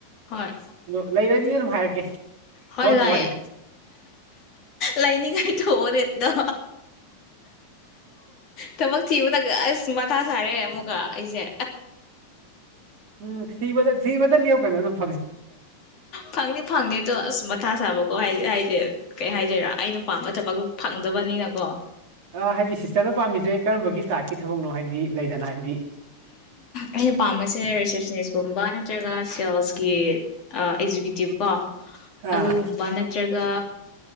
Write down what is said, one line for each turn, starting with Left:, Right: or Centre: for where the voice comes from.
Left: ꯍꯣꯏ
Right: ꯑꯗꯣ ꯂꯩꯔꯗꯤ ꯑꯗꯨꯝ ꯍꯥꯏꯔꯛꯀꯦ
Left: ꯍꯣꯏ
Right: ꯗꯣꯟ
Left: ꯂꯥꯏ
Right: ꯋꯥꯔꯤ
Left: ꯂꯥꯏꯅꯤꯡꯉꯥꯏ ꯊꯣꯛꯔꯦꯗꯣ ꯊꯕꯛ ꯊꯤꯕꯅ ꯑꯁ ꯃꯊꯥ ꯁꯥꯔꯦ ꯑꯃꯨꯛꯀ ꯑꯩꯁꯦ
Right: ꯎꯝ ꯊꯤꯕꯁꯦ ꯊꯤꯕꯗ ꯀꯜꯂꯣ ꯑꯗꯨꯝ ꯎꯝ
Left: ꯐꯪꯅꯤ ꯐꯪꯅꯤꯗꯣ ꯑꯁ ꯃꯊꯥ ꯁꯥꯕꯀꯣ ꯍꯥꯏ ꯍꯥꯏꯗꯤ ꯀꯩ ꯍꯥꯏꯗꯣꯏꯔꯥ ꯑꯩꯅ ꯄꯥꯝꯕ ꯊꯕꯛꯇ ꯐꯪꯗꯕꯅꯤꯅꯀꯣ
Right: ꯑ ꯍꯥꯌꯗꯤ ꯁꯤꯁꯇꯔꯅ ꯄꯥꯝꯃꯤꯁꯦ ꯀꯔꯝꯕꯒꯤ ꯇꯥꯏꯞꯀꯤ ꯊꯕꯛꯅꯣ ꯍꯥꯏꯕꯗꯤ ꯂꯩꯗꯅ ꯍꯥꯏꯕꯗꯤ
Left: ꯑꯩꯅ ꯄꯥꯝꯕꯁꯦ ꯔꯤꯁꯤꯞꯁꯤꯅꯦꯁ ꯒꯨꯝꯕ ꯅꯠꯇ꯭ꯔꯒ ꯁꯦꯜꯁꯀꯤ ꯑꯦꯛꯖꯤꯀ꯭ꯨꯇꯤꯞ ꯀꯣ
Right: ꯑꯥ
Left: ꯑꯗꯨꯒꯨꯝꯕ ꯅꯠꯇ꯭ꯔꯒ